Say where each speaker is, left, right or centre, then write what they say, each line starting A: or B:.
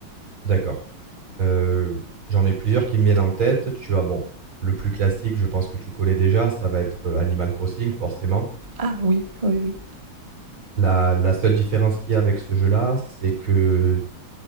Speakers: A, on the right; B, on the right.
A: D'accord. Euh, J'en ai plusieurs qui me viennent en tête. Tu as, bon, le plus classique, je pense que tu connais déjà, ça va être euh, Animal Crossing, forcément.
B: Ah oui, oui, oui.
A: La, la seule différence qu'il y a avec ce jeu-là, c'est que